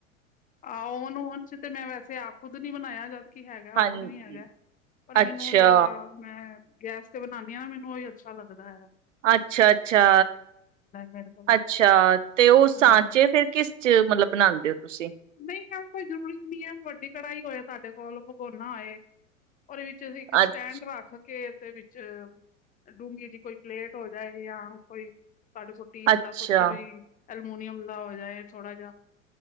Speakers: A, on the left (about 20°); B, on the right (about 65°).
A: ਆਹੋ ਓਨੂੰ ਉਂਝ ਤੇ ਮੈਂ ਵੈਸੇ ਆਪ ਖੁਦ ਨੀ ਬਨਾਇਆ ਜਦ। ਕੀ ਹੈਗਾ,
B: ਹਾਂਜੀ
A: ਓਨ ਵੀ ਹੈਗਾ, ਪਰ ਮੈਨੂੰ
B: ਅੱਛਾ
A: ਉਹ ਜਿਹੜਾ ਮੈਂ ਗੈਸ ਤੇ ਬਨਾਨੀ ਆਂ ਨਾ ਮੈਨੂੰ ਉਹੀ ਅੱਛਾ ਲੱਗਦਾ ਏ।
B: ਅੱਛਾ, ਅੱਛਾ,
A: ਮੇਰੇ ਕੋਲ
B: ਅੱਛਾ, ਤੇ ਉਹ ਸਾਂਚੇ
A: ਹਾਂ
B: ਫੇਰ ਕਿਸ ਚ ਮਤਲਬ ਬਨਾਂਦੇ ਹੋ ਤੁਸੀਂ।
A: ਨਹੀਂ ਇਹ ਕੋਈ ਜ਼ਰੂਰੀ ਨੀ ਏ ਵੱਡੀ ਕੜਾਈ ਹੋਏ ਤੁਹਾਡੇ ਕੋਲ ਭਗੋਨਾ ਹੋਏ। ਓਹਦੇ ਵਿੱਚ ਵੀ ਇੱਕ
B: ਅੱ-
A: ਸਟੈਂਡ ਰੱਖ। ਕੇ ਦੇ ਵਿੱਚ ਡੂੰਗੀ ਜਈ ਕੋਈ ਪਲੇਟ ਹੋ ਜਾਏ ਜਾਂ ਕੋਈ ਤੁਹਾਡੇ ਸੁਟੀਨ
B: ਅੱਛਾ
A: ਦਾ ਕੁੱਛ ਗਈ। ਅਲਮੂਨੀਅਮ ਦਾ ਹੋ ਜਾਏ ਥੋੜਾ ਜਿਹਾ।